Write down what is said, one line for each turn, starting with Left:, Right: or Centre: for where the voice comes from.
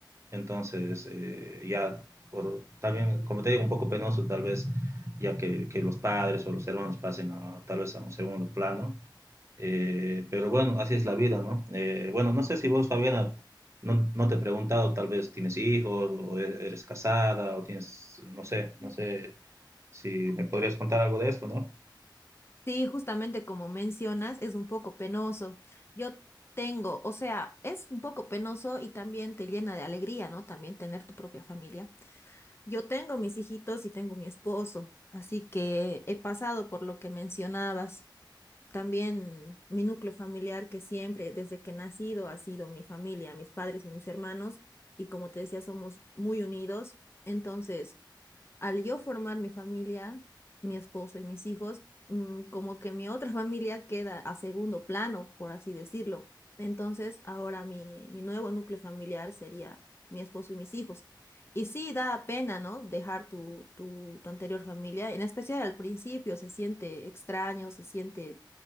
Right: Entonces, eh, ya, por, también, como te digo, un poco penoso tal vez, ya que, que los padres o los hermanos pasen a, tal vez a un segundo plano. Eh, pero bueno, así es la vida, ¿no? Eh, bueno, no sé si vos, Fabiana, no, no te he preguntado, tal vez tienes hijos o e- eres casada o tienes, no sé, no sé si me podrías contar algo de esto, ¿no?
Left: Sí, justamente como mencionas, es un poco penoso. Yo tengo, o sea, es un poco penoso y también te llena de alegría, ¿no? También tener tu propia familia. Yo tengo mis hijitos y tengo mi esposo, así que he pasado por lo que mencionabas. también mi núcleo familiar que siempre, desde que he nacido, ha sido mi familia, mis padres y mis hermanos, y como te decía, somos muy unidos. Entonces, al yo formar mi familia, mi esposo y mis hijos, mm, como que mi otra <laughs> familia queda a segundo plano, por así decirlo. Entonces, ahora mi, mi nuevo núcleo familiar sería mi esposo y mis hijos. Y sí, da pena, ¿no? Dejar tu, tu, tu anterior familia, en especial al principio, se siente extraño, se siente